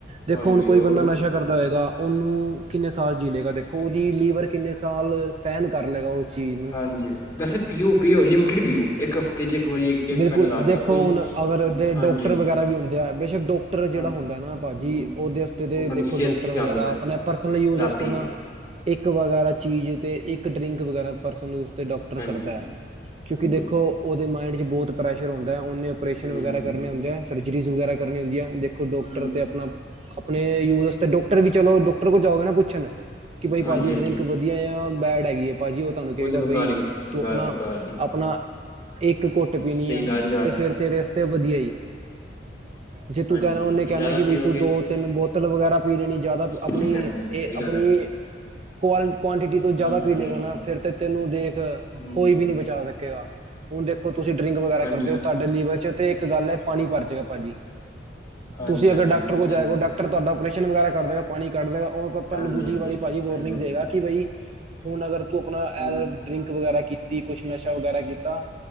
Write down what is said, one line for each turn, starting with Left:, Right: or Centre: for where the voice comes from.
Right: ਦੇਖੋ
Left: ਹਾਂਜੀ
Right: ਹੁਣ ਕੋਈ
Left: ਹੋਰ
Right: ਬੰਦਾ ਨਸ਼ਾ ਕਰਦਾ ਹੋਏਗਾ। ਔਨੂੰ ਕਿੰਨੇ ਸਾਲ ਜੀਲੇਗਾ ਦੇਖੋ ਔਦੀ ਲੀਵਰ ਕਿੰਨੇ ਸਾਲ ਸਹਿਣ ਕਰ ਲਏਗਾ ਉਸ ਚੀਜ਼ ਨੂੰ
Left: ਹਾਂਜੀ ਵੈਸੇ ਪੀਓ, ਪੀਓ ਲਿਮਟਿਡ ਪੀਓ ਇੱਕ ਹਫ਼ਤੇ ਚ ਇੱਕ ਵਾਰੀ ਇੱਕ
Right: ਬਿਲਕੁਲ
Left: ਪੈਗ ਲਾ ਲਿਆ
Right: ਦੇਖੋ
Left: ਕੋਈ
Right: ਹੁਣ ਅਗਰ ਜੇ
Left: ਹਾਂਜੀ
Right: ਡਾਕਟਰ
Left: ਹਾਂਜੀ
Right: ਵਗੈਰਾ ਵੀ ਹੁੰਦੇ ਆ, ਬੇਸ਼ੱਕ ਡਾਕਟਰ ਜਿਹੜਾ
Left: ਹਾਂ
Right: ਹੁੰਦਾ
Left: ਹੂੰ,
Right: ਨਾ ਭਾਜੀ ਉਹਦੇ ਆਸਤੇ
Left: ਉਹ ਆਪਣੀ
Right: ਦੇਖੋ
Left: ਸਿਹਤ
Right: ਡਾਕਟਰ ਵਗੈਰਾ
Left: ਧਿਆਨ ਦਿੰਦਾ
Right: ਆਪਣੇ ਪਰਸਨਲ ਯੂਜ
Left: ਰੱਬ
Right: ਆਸਤੇ
Left: ਹੀ
Right: ਨਾ
Left: ਹੈ
Right: ਇੱਕ ਵਗੈਰਾ ਚੀਜ਼ ਤੇ ਇੱਕ ਡਰਿੰਕ ਵਗੈਰਾ ਪਰਸਨ ਤੇ ਡਾਕਟਰ
Left: ਹਾਂਜੀ
Right: ਕਰਦਾ ਕਿਉਂਕਿ
Left: ਹਾਂਜੀ।
Right: ਦੇਖੋ ਮਾਇੰਡ ਚ ਬਹੁਤ ਪ੍ਰੈਸ਼ਰ ਹੁੰਦਾ। ਓਨੇ ਔਪਰੇਸ਼ਨ
Left: ਹੂੰ
Right: ਵਗੈਰਾ ਕਰਨੇ ਹੁੰਦੇ ਆ ਸਰਜਰੀਜ਼ ਵਗੈਰਾ ਕਰਨੀ ਹੁੰਦੀ ਆ। ਕੋਈ ਡਾਕਟਰ
Left: ਹੂੰ
Right: ਤੇ ਆਪਣਾ <unintelligible> ਤੇ ਯੂਜ਼ ਡਾਕਟਰ ਵੀ ਚਲੋ ਡੋਕ ਕੋ ਜਾਔਗੇ ਪੁੱਛਣ ਕਿ ਬਾਈ ਭਾਜੀ
Left: ਹਾਂਜੀ ਹਾਂਜੀ
Right: ਡਰਿੰਕ ਵਧੀਆ ਜਾਂ ਬੈਡ ਹੈਗੀ ਏ। ਭਾਜੀ ਔ ਤੁਹਾਨੂੰ ਕਹੇਗਾ
Left: ਉਹ ਤੇ ਬੇਕਾਰ
Right: ਬਈ
Left: ਬਕਾਰ
Right: ਤੂੰ
Left: ਬੇਕਾਰ
Right: ਆਪਣਾ
Left: ਬੇਕਾਰ ਜੀ ਹੈ।
Right: ਆਪਣਾ ਇੱਕ ਕੁੱਟ ਪੀਣੀ
Left: ਸਹੀ
Right: ਆ
Left: ਇਲਾਜ ਕਰਾਉਂਦਾ
Right: ਤੇ ਫੇਰ
Left: ਹੈ।
Right: ਤੇਰੇ ਤੇ ਵਧੀਆ ਜੀ। ਜੇ ਤੂੰ
Left: ਹਾਂਜੀ
Right: ਕਹਿਣਾ ਔਨੇ
Left: ਜੇ
Right: ਕਹਿਣਾ
Left: ਜ਼ਿਆਦਾ
Right: ਕਿ ਬਈ
Left: ਪੀਓਗੇ
Right: ਤੂੰ ਦੋ-ਤਿੰਨ ਬੋਤਲ ਵਗੈਰਾ ਪੀ ਲੈਣੀ ਜ਼ਿਆਦਾ
Left: ਹਾਂਜੀ
Right: ਆਪਣੀ
Left: ਹਾਂਜੀ ਹਾਂਜੀ
Right: ਇਹ
Left: ਸਹੀ
Right: ਆਪਣੀ
Left: ਗੱਲ ਹੈ
Right: ਕੁਆਲ ਕੁਆਂਟਿਟੀ ਤੋਂ ਜ਼ਿਆਦਾ
Left: ਨਾ ਹਾਂਜੀ
Right: ਪੀ ਲੇਗਾ
Left: ਹਾਂਜੀ
Right: ਨਾ ਫਿਰ ਤੇ ਤੈਨੂੰ ਦੇਖ
Left: ਹਾਂਜੀ
Right: ਕੋਈ
Left: ਹਾਂਜੀ
Right: ਵੀ ਨੀ ਬਚਾ ਸਕੇਗਾ। ਹੁਣ ਦੇਖੋ ਤੁਸੀਂ ਡਰਿੰਕ ਵਗੈਰਾ
Left: ਹਾਂਜੀ
Right: ਕਰਦੇ ਹੋ
Left: ਹਾਂ
Right: ਤੁਹਾਡੇ ਲਈ- ਵਿੱਚ ਤੇ ਇੱਕ ਗੱਲ ਹੈ ਪਾਣੀ ਪਰਚੇਗਾ ਭਾਜੀ
Left: ਹਾਂਜੀ
Right: ਤੁਸੀਂ ਅਗਰ
Left: ਹਾਂਜੀ
Right: ਡਾੱਕਟਰ
Left: ਬਿਲਕੁਲ
Right: ਕੋਲ
Left: ਸਹੀ
Right: ਜਾਏਗੋ
Left: ਗੱਲ
Right: ਡਾਕਟਰ ਤੁਹਾਡਾ ਓਪਰੇਸ਼ਨ ਵਗੈਰਾ ਕਰਦਾ ਹੈ ਪਾਣੀ ਕੱਢਦੇਗਾ। ਹੁਣ ਤਾਂ ਤੁਹਾਨੂੰ
Left: ਹਾਂਜੀ
Right: ਦੂਜੀ
Left: ਹਾਂਜੀ
Right: ਵਾਰੀ ਭਾਜੀ ਵਾਰਰਨਿੰਗ
Left: ਹਾਂਜੀ ਹਾਂਜੀ
Right: ਦੇਗਾ
Left: ਹਾਂਜੀ
Right: ਕਿ ਬਈ ਹੁਣ ਅਗਰ- ਤੂੰ ਆਪਣਾ
Left: ਹਾਂਜੀ
Right: ਡਰਿੰਕ ਵਗੈਰਾ- ਕੀਤੀ ਕੁੱਛ ਨਸ਼ਾ ਵਗੈਰਾ ਕੀਤਾ- ਤਾਂ-